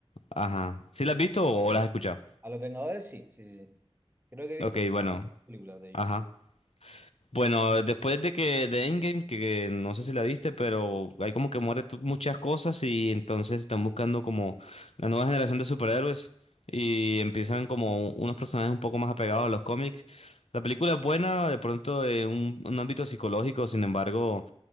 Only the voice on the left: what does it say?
Ajá. ¿Sí las
has visto o las has escuchado?
Ok, bueno.
Ajá. Bueno, después de que de Endgame, que, que no sé si la viste, pero hay como que muere to- muchas cosas y entonces están buscando como la nueva generación de superhéroes y empiezan como unos personajes un poco más apegados a los cómics. La película es buena, de pronto en un, un ámbito psicológico, sin embargo,